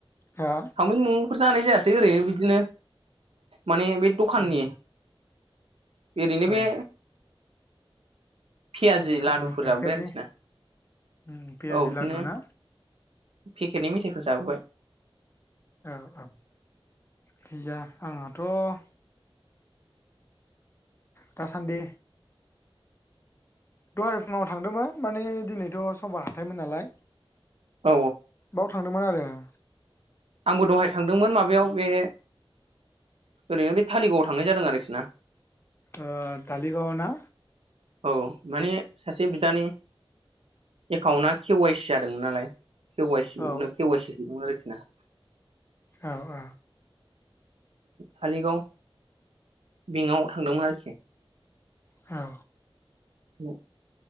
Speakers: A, on the left; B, on the right.
A: हा
B: सावमिन म'मफोर जानाय जायासै ओरै बिदि बिदिनो माने बे दखाननि
A: उम
B: ओरैनो
A: ओ
B: बे पियाजि
A: जिखुनु
B: लादुफोर
A: पेकेटनि
B: जाबोबाय आरोखि ना
A: उम पियाजि
B: औ उम बिदिनो
A: लादु ना
B: पेकेटनि मेथायाइफोर जाबोबाय।
A: औ औ गैया आंहाथ' दासान्दि दहाय फुङाव थांदोंमोन माने दिनैथ' समबार हाथायमोन नालाय।
B: औ
A: बाव थांदोंमोन आरो <unintelligible>
B: आंबो दहाय थांदोंमोन माबायाव बे ओरैनो बे थालिगावआव थांनाय जादों आरोखि ना
A: ओ दालि गावाव ना
B: औ माने सासे बिदानि एकाउन्टआ के वाइ सि जादोंमोन नालाय के वाइ सि
A: औ
B: के वाइ सि हैदोंमोन आरोखि ना
A: औ औ
B: थालिगाव बेंकआव थांदोंमोन आरोखि
A: औ
B: उम